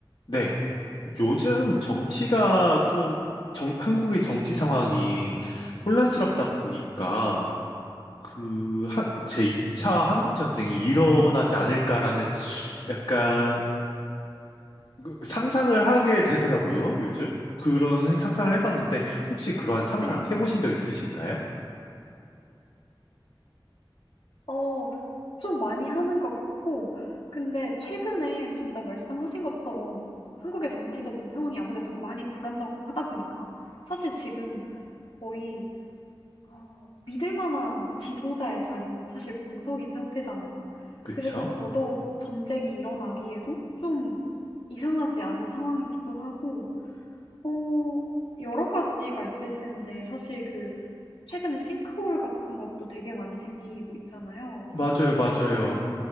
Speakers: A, on the left; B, on the left.
A: 네, 요즘 정치가 좀, 정, 한국의 정치 상황이 혼란스럽다 보니까, 그, 하, 제2차 한국전쟁이 일어나지 않을까라는 약간 그 상상을 하게 되더라고요, 요즘. 그런 생- 상상을 해봤는데, 혹시 그러한 상상
B: 예.
A: 해보신 적 있으신가요?
B: 어 좀 많이 하는 것 같고 근데 최근에 진짜 말씀하신 것처럼 한국의 정치적인 상황이 아무래도 많이 불안정하다 보니까 사실 지금 거의 어 믿을 만한 지도자의 자리는 사실 공석인 상태잖아요.
A: 그쵸?
B: 그래서 더더욱 전쟁이 일어나기에도 좀 이상하지 않은 상황이기도 하고 어 여러 가지가 있을 텐데 사실 그 최근에 싱크홀 같은 것도 되게 많이 생기고 있잖아요.
A: 맞아요,
B: 그리고
A: 맞아요.
B: 오늘 연,